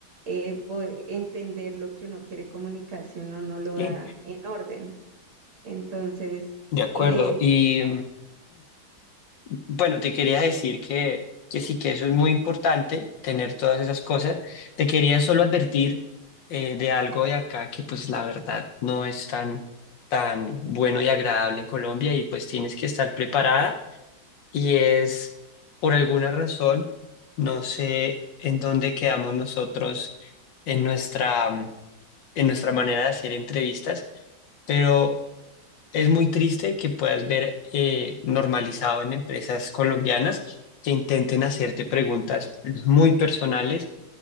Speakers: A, on the right; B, on the left.
A: eh, poder entender lo que uno quiere comunicar si uno no lo da
B: Sí,
A: en orden. Entonces,
B: de acuerdo.
A: eh,
B: Y Bueno, te quería decir que, que sí que eso es muy importante, tener todas esas cosas. Te quería solo advertir eh, de algo de acá que pues la verdad no es tan, tan bueno y agradable en Colombia y pues tienes que estar preparada y es por alguna razón, no sé en dónde quedamos nosotros en nuestra, mm, en nuestra manera de hacer entrevistas, pero es muy triste que puedas ver eh, normalizado en empresas colombianas que intenten hacerte preguntas muy personales